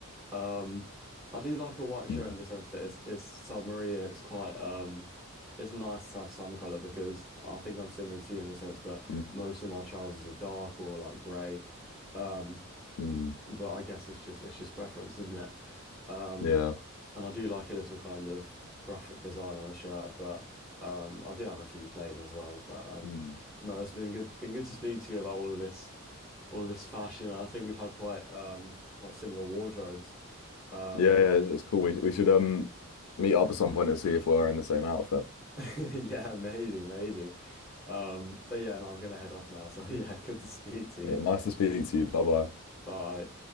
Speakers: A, in the centre; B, on the left.
A: Um, I do like a white
B: Mm,
A: shirt in the sense that it's it's summery and it's quite um, it's nice to have some color because I think I'm similar to you in the sense that
B: mm,
A: most of my trousers are dark or like grey. Um,
B: mm.
A: but I guess it's just it's just preference, isn't it? Um,
B: Yeah.
A: and I do like a little kind of graphic design on a shirt, but um, I do have a few plain as well. But um,
B: Mm.
A: no, it's been good, been good to speak to you about all of this, all of this fashion. And I think we've had quite um, quite similar wardrobes. Um,
B: Yeah, yeah, it's cool. We we should um meet up at some point and see if we're in the same outfit.
A: <laughs> yeah, maybe, maybe. Um, but yeah, no, I'm gonna head off now. So <laughs> yeah, good to speak to you.
B: Yeah, nice to speak to you. Bye bye.
A: Bye.